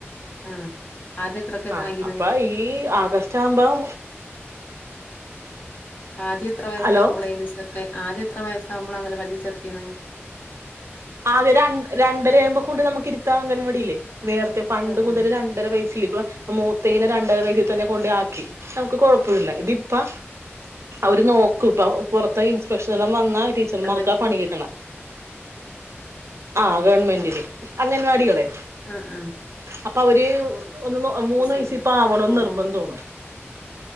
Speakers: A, on the left (about 40°); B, on the right (about 75°).
A: ആഹ് ആദ്യം എത്രൊക്കെ
B: ആഹ്
A: ആയിണ്
B: അപ്പ ഈ ആഗസ്റ്റാവ്മ്പം
A: ആദ്യം എത്രെ വയസ്സാവുമ്പളേന്ന്
B: ഹലോ
A: ചേർക്കെ ആദ്യം എത്ര വസാവുമ്പളാ അങ്കലവാടി ചേർത്തീന്നേ
B: ആദ്യം രൺ രണ്ടരയാവ്മ്പാെ കൊണ്ട് നമുക്ക് ഇര്ത്താം അംഗൻവാടീലേ നേര്ത്തെ പണ്ട്
A: ആഹ്
B: മുതൽ
A: ആഹ്
B: രൺ ണ്ടെര വയ്സില് പ്പ മൂത്തേനെ രണ്ടെര വയസ്സി തെന്നെ കൊണ്ടെയാക്കി നമ്ക്ക് കൊഴപ്പുല്ല ഇതിപ്പാ അവര് നോക്കുപ്പ പൊർത്ത് ഇൻസ്പെക്ഷനെല്ലാം വന്നാ ടീച്ചർമാർക്കാ
A: ഗവൺമെന്റിന്
B: പണി കിട്ട്‌ണേ ആഹ് ഗവൺമെന്റിന് അംഗൻവാടികളെ
A: ആഹ് ആഹ്
B: അപ്പൊ അവര് ഒന്ന്ന്ന് മൂന്ന്
A: അയ്ശരി
B: വയസ്സിപ്പോ ആവണോന്ന്
A: ആഹ്
B: നിർബന്ധോണ്
A: ആഹ്